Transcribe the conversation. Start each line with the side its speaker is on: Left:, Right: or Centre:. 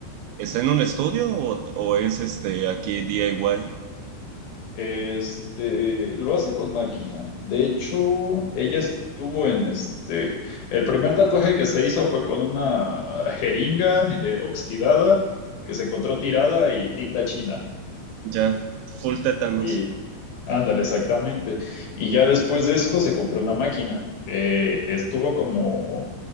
Right: ¿Está en un estudio o, o es este aquí DIY?
Left: Este, lo hace con máquina. De hecho, ella estuvo en este, el primer tatuaje que se hizo fue con una jeringa eh, oxidada que se encontró tirada y tinta china.
Right: Ya, full tétanos.
Left: Y ándale, exactamente. Y ya después de eso se compró una máquina. Eh, estuvo como,